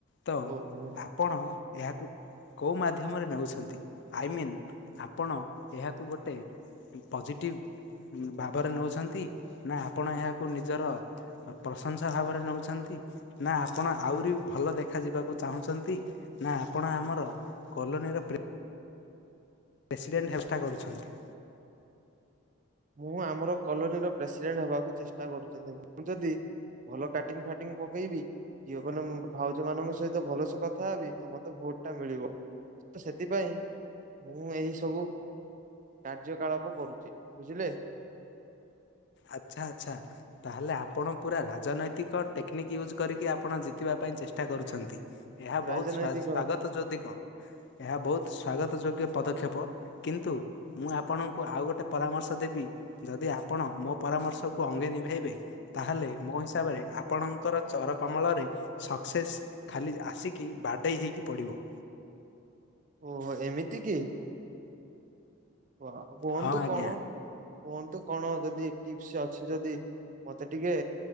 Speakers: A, on the left; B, on the right.
A: ତ
B: ଓହୋ
A: ଆପଣ ଏହାକୁ କେଉଁ ମାଧ୍ୟମରେ ନେଉଛନ୍ତି ଆଇମିନ୍ ଆପଣ ଏହାକୁ ଗୋଟେ ପଜେଟିଭ ଭାବରେ ନେଉଛନ୍ତି ନା ଆପଣ ଏହାକୁ ନିଜର ପ୍ରଶଂସା ଭାବରେ ନଉଛନ୍ତି ନା ଆପଣ ଆହୁରି ଭଲ ଦେଖ ଯିବାକୁ ଚାହୁଁଛନ୍ତି ନା ଆପଣ ଆମର କଲୋନୀର ପ୍ରେ ପ୍ରେସିଡେଣ୍ଟ ହେଷ୍ଟ କରୁଛନ୍ତି।
B: ମୁଁ ଆମର କଲୋନୀର ପ୍ରେସିଡେଣ୍ଟ ହେବାକୁ ଚେଷ୍ଟା କରୁଛନ୍ତି ମୁଁ ଯଦି ଭଲ କାଟିଙ୍ଗ ଫାଟିଙ୍ଗ ପକେଇବି ଝିଅ ମାନ‌ ଭାଉଜମାନଙ୍କ ସହିତ ଭଲସେ କଥା ହବି ତ ମତେ ବ ପଟା ମିଳିବ ତ ସେଥିପାଇଁ ମୁଁ ଏଇ ସବୁ କାର୍ଯ୍ୟକଳାପ କରୁଛି ବୁଝିଲେ‌।
A: ଆଚ୍ଛା ଆଛା ତାହେଲେ ଆପଣ ପୁରା ରା ରାଜନୈତିକ ଟେକ୍ନିକ୍ ୟୁଜ୍ କରିକି ଆପଣ ଜିତିବା ପାଇଁ ଚେଷ୍ଟା କରୁଛନ୍ତି। ଏହା
B: ରାଜନୈତିକ
A: ବହୁତ ସ୍ବା ସ୍ଵାଗତ ଯଦି କ ଏହା ବହୁତ ସ୍ବାଗତ ଯୋଗ୍ୟ ପଦକ୍ଷେପ କିନ୍ତୁ ମୁଁ ଆପଣଙ୍କୁ ଆଉ ଗୋଟେ ପରାମର୍ଶ ଦେବି। ଯଦି ଆପଣ ମୋ ପରାମର୍ଶକୁ ଅଙ୍ଗେ ନିଭାଇବେ ତାହେଲେ ମୋ ହିସାବରେ ଆପଣଙ୍କର ଚର କମଳରେ ଶ ସକ୍ସେସ୍ ଖାଲି ଆସିକି ବାଡ଼େଇ ହେଇକି ପଡ଼ିବ।
B: ଓହୋ ଏମିତି କି? ଓହ କୁହନ୍ତୁ
A: ହଁ ଆଜ୍ଞା
B: କଣ? କୁହନ୍ତୁ କଣ ଯଦି ଟିପ୍ସ ଅଛି ଯଦି ମତେ ଟିକେ